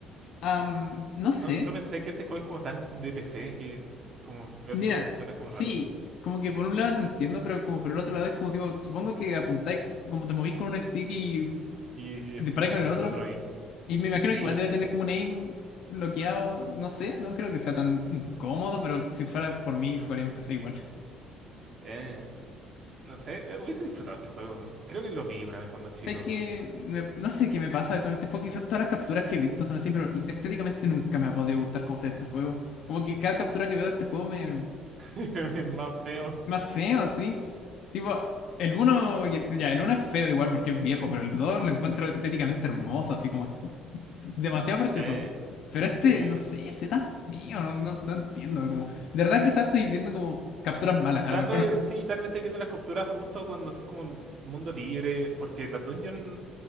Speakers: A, on the left (about 65°); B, on the right (about 45°).
A: am, no sé.
B: No, no pensé que este juego es como tan de PC que como verlo
A: Mira,
B: en consola es como
A: sí,
B: raro.
A: como que por un lado lo entiendo, pero como por el otro lado es como digo, supongo que apuntáis, como te movís con un stick y
B: Y
A: disparáis
B: eh, ponte
A: con el
B: con
A: otro.
B: el otro y
A: Y me imagino
B: sí,
A: que igual debe tener como un aim bloqueado, no sé, no creo que sea tan incómodo, pero si fuera por mí, jugaría en PC igual.
B: eh, no sé, eh, hubiese disfrutado este juego. Creo que lo vi una vez cuando chico.
A: Hay que, me- no sé qué me pasa con este juego, quizás todas las capturas que he visto son así, pero estéticamente nunca me ha podido gustar cómo se ve este juego. Como que cada captura que veo de este juego me,
B: <laughs> Es más feo.
A: más feo, así Tipo, el uno y el, ya, el uno es feo igual porque es viejo, pero el 2 lo encuentro estéticamente hermoso, así como demasiado precioso.
B: Eh,
A: Pero este,
B: sí.
A: no sé, ese tan feo, no, no, no entiendo. Como, de verdad quizás estoy viendo como capturas malas, a
B: Tal
A: lo mejor
B: vez,
A: el-
B: sí, tal vez estés viendo las capturas justo cuando son como un mundo libre, porque las dungeons